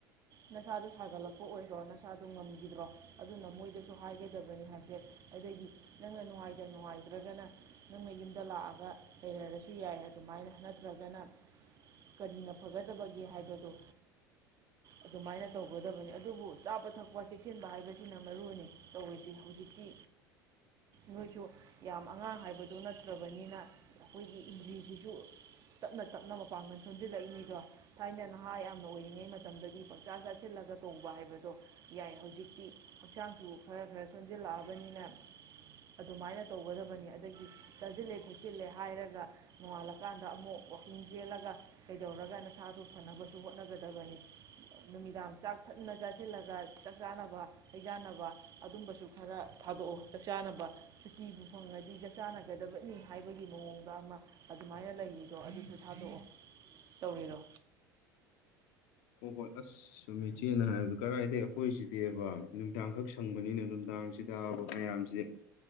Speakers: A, on the right; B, on the left.
A: ꯅꯁꯥꯗꯣ ꯁꯥꯒꯠꯂꯛꯄ ꯑꯣꯏꯔꯣ ꯅꯁꯥꯗꯣ ꯉꯝꯈꯤꯗ꯭ꯔꯣ ꯑꯗꯨꯅ ꯃꯣꯏꯗꯁꯨ ꯍꯥꯏꯒꯗꯕꯅꯤ ꯍꯥꯏꯁꯦ ꯑꯗꯒꯤ ꯅꯪꯅ ꯅꯨꯡꯉꯥꯏꯇ ꯅꯨꯡꯉꯥꯏꯇ꯭ꯔꯒꯅ ꯅꯪꯅ ꯌꯨꯝꯗ ꯂꯥꯛꯑꯒ ꯂꯩꯔꯔꯁꯨ ꯌꯥꯏ ꯑꯗꯨꯃꯥꯏꯅ ꯅꯠꯇ꯭ꯔꯒꯅ ꯀꯔꯤꯅ ꯐꯒꯗꯕꯒꯦ ꯍꯥꯏꯕꯗꯣ ꯑꯗꯨꯃꯥꯏꯅ ꯇꯧꯒꯗꯕꯅꯤ ꯑꯗꯨꯕꯨ ꯆꯥꯕ ꯊꯛꯄ ꯆꯦꯛꯁꯤꯟꯕ ꯍꯥꯏꯕ ꯍꯥꯏꯕꯁꯤꯅ ꯃꯔꯨ ꯑꯣꯏꯅ ꯇꯧꯔꯤꯁꯤ ꯍꯧꯖꯤꯛꯇꯤ ꯅꯣꯏꯁꯨ ꯌꯥꯝ ꯑꯉꯥꯡ ꯍꯥꯏꯕꯗꯣ ꯅꯠꯇ꯭ꯔꯕꯅꯤꯅ ꯑꯩꯈꯣꯏꯒꯤ ꯏꯟꯗ꯭ꯔꯤꯁꯤꯁꯨ ꯇꯞꯅ ꯇꯞꯅ ꯃꯄꯥꯡꯒꯜ ꯁꯣꯟꯖꯤꯜꯂꯛꯏꯅꯤꯗꯣ ꯊꯥꯏꯅ ꯅꯍꯥ ꯌꯥꯝꯅ ꯑꯣꯏꯔꯤꯉꯩ ꯃꯇꯝꯗꯗꯤ ꯄꯥꯛꯆꯥ ꯆꯥꯁꯤꯜꯂꯒ ꯇꯧꯕ ꯍꯥꯏꯕꯗꯣ ꯌꯥꯏ ꯍꯧꯖꯤꯛꯇꯤ ꯍꯛꯆꯥꯡꯁꯨ ꯈꯔ ꯈꯔ ꯁꯣꯟꯖꯤꯜꯂꯛꯑꯕꯅꯤꯅ ꯑꯗꯨꯃꯥꯏꯅ ꯇꯧꯒꯗꯕꯅꯤ ꯑꯗꯒꯤ ꯆꯥꯁꯤꯜꯂꯦ ꯊꯛꯆꯤꯜꯂꯦ ꯍꯥꯏꯔꯒ ꯅꯣꯡꯉꯥꯜꯂꯛꯄ ꯀꯥꯟꯗ ꯑꯃꯨꯛ ꯋꯥꯥꯛꯀꯤꯡ ꯌꯦꯦꯜꯂꯒ ꯀꯩꯗꯧꯔꯒꯅ ꯁꯥꯗ ꯐꯅꯕꯁꯨ ꯍꯣꯠꯅꯒꯗꯕꯅꯤ ꯅꯨꯃꯤꯗꯥꯡ ꯆꯥꯛ ꯊꯟꯅ ꯆꯥꯁꯤꯜꯂꯒ ꯆꯥꯛ ꯆꯥꯅꯕ ꯍꯩꯖꯥꯟꯅꯕ ꯑꯗꯨꯝꯕꯁꯨ ꯈꯔ ꯊꯥꯗꯣꯛꯑꯣ ꯆꯥꯛ ꯆꯥꯅꯕ ꯁꯨꯇꯤꯕꯨ ꯐꯪꯉꯗꯤ ꯆꯥꯛ ꯆꯥꯅꯒꯗꯕꯅꯤ ꯍꯥꯏꯕꯒꯤ ꯃꯑꯣꯡꯗ ꯑꯃ ꯑꯗꯨꯃꯥꯏꯅ ꯂꯩꯔꯤꯗꯣ ꯑꯗꯨꯁꯨ ꯊꯥꯗꯣꯛꯑꯣ ꯇꯧꯔꯤꯗꯣ
B: ꯍꯈꯣꯏ ꯑꯁꯁꯨ ꯏꯆꯦꯅ ꯍꯥꯏꯕꯗ ꯀꯔꯥꯏꯗꯒꯤꯩ ꯑꯩꯈꯣꯏꯁꯤꯗꯤꯕ ꯅꯨꯡꯗꯥꯡꯈꯛ ꯁꯪꯕꯅꯤꯅ ꯅꯨꯡꯗꯥꯡꯁꯤꯗꯕ ꯃꯌꯥꯝꯁꯦ